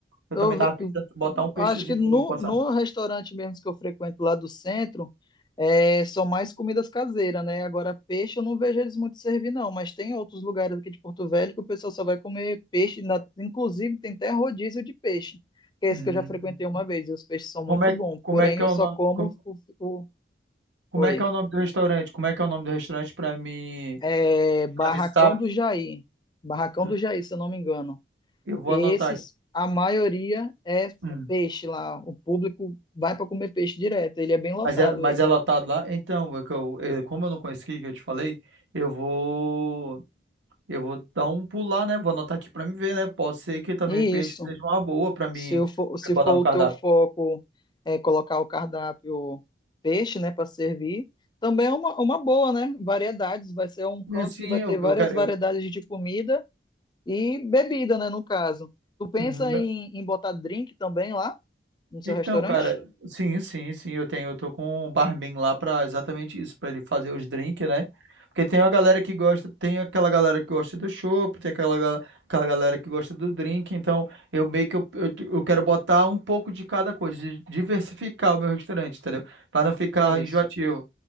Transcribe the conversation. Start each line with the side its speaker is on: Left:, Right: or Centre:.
Right: Eu
Left: Eu,
Right: também tava
Left: ve-
Right: pensando
Left: eu
Right: em botar um peixezinho
Left: acho que no,
Right: também pra passar.
Left: no restaurante mesmo que eu frequento lá do centro, é, são mais comidas caseiras, né? Agora, peixe eu não vejo eles muito servir, não. Mas tem outros lugares aqui de Porto Velho que o pessoal só vai comer peixe. na- inclusive, tem até rodízio de peixe, que é
Right: Hum.
Left: esse que eu já frequentei uma vez. E os peixes são
Right: Como
Left: muito
Right: é,
Left: bons.
Right: como
Left: Porém,
Right: é que
Left: eu
Right: é o
Left: só
Right: nome,
Left: como
Right: como,
Left: o, o-
Right: como
Left: oi,
Right: é que é o nome do restaurante? Como é que é o nome do restaurante para me
Left: é, Barracão
Right: avistar?
Left: do Jair. Barracão
Right: Hum,
Left: do Jair, se eu não me engano.
Right: Eu vou
Left: Esses,
Right: anotar aqui.
Left: a maioria é
Right: Hum,
Left: peixe lá. O público vai para comer peixe direto. Ele é bem lotado,
Right: Mas é, mas
Left: ele.
Right: é lotado lá? Então, é que eu, eu- como eu não conheci que eu te falei, eu vou eu vou dar um pulo lá, né? Vou anotar aqui para me ver, né? Pode ser que também
Left: E
Right: peixe
Left: isso,
Right: seja uma boa para mim
Left: se eu for, se
Right: botar
Left: for
Right: no cardápio.
Left: o teu foco é colocar o cardápio peixe, né, para servir, também é uma, uma boa, né? Variedades. Vai ser um canto
Right: Sim,
Left: que vai
Right: eu,
Left: ter várias
Right: eu quero
Left: variedades
Right: eu,
Left: de comida e bebida, né, no caso. Tu pensa
Right: uhum, né?
Left: em, em botar drink também lá no seu
Right: Então,
Left: restaurante?
Right: cara, sim, sim, sim, eu tenho, eu tô com um barman lá pra exatamente isso, pra ele fazer os drinks, né? Porque tem uma galera que gosta, tem aquela galera que gosta do chopp, tem aquela, gal- aquela galera que gosta do drink, então eu meio que eu, eu, eu quero botar um pouco de cada coisa, de diversificar o meu restaurante, entendeu? Pra não ficar
Left: Isso.
Right: enjoativo.